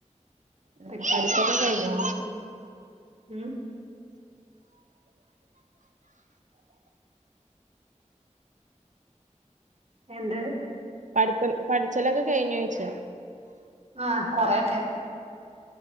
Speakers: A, on the right; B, on the right.
A: ഉം
B: പ്രിപ്പയർ
A: പഠിപ്പൊക്കെ കഴിഞ്ഞോ
B: ചെയ്തൊണ്ടിരിക്കും. ഉം എന്ത്
A: പഠിപ്പ പഠിച്ചലൊക്കെ കഴിഞ്ഞോയ്ച്ച
B: ആഹ് കൊറേയൊക്കെ